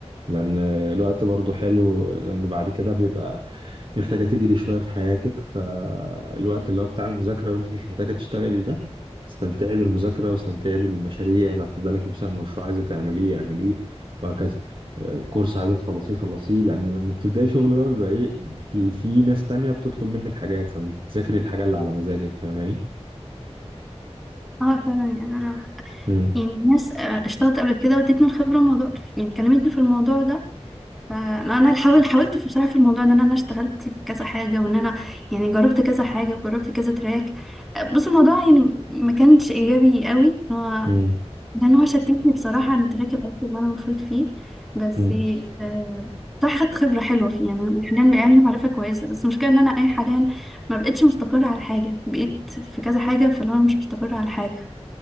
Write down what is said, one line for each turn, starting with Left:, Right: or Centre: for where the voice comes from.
Right: لان الوقت برضو حلو لان بعد كده بيبقى انت محتاجة تجري شوية في حياتك فالوقت اللي هو بتاع المذاكرة وانت مش محتاجة تشتغلي ده استمتعي بالمذاكرة واستمتعي بالمشاريع لو في بالك مثلا مشروع عايزة تعمليه اعمليه وهكذا الكورس عايزة تخلصيه خلصيه لأن لما بتبدأي شغل بقى بيبقى إيه أنت في ناس تانية بتطلب منك حاجات فمش بتذاكري الحاجة اللي على مزاجك فاهماني؟
Centre: اه فعلا يعني انا
Right: مم.
Centre: يعني ناس آه، اشتغلت قبل كده وادتني الخبره الموضوع يعني كلمتني في الموضوع ده فانا حاول حاولت في بصراحه في الموضوع ده ان انا اشتغلت في كذا حاجه وان انا يعني جربت كذا حاجه وجربت كذا تراك آه، بص الموضوع يعني ما كانش ايجابي قوي هو
Right: مم.
Centre: لان هو شتتني بصراحه عن التراك الاصلي اللي انا المفروض فيه بس
Right: مم.
Centre: آه صح خدت خبره حلوه فيه يعني أنا حاليا بقى عندي معرفه كويسه بس المشكله ان انا اي حاليا ما بقتش مستقره على حاجه بقيت في كذا حاجه فانا مش مستقره على حاجه